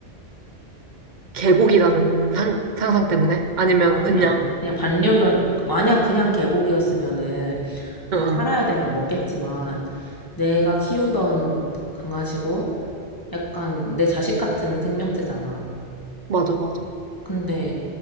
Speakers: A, on the right; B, on the left.
A: 개고기라는 상, 상상 때문에? 아니면
B: 아니,
A: 그냥,
B: 아니. 그냥 반려견, 만약 그냥 계곡이었으면은 정말
A: 응, 응.
B: 살아야 되면 먹겠지만 내가 키우던 강아지고 약간 내 자식 같은 생명체잖아.
A: 맞아, 맞아.
B: 근데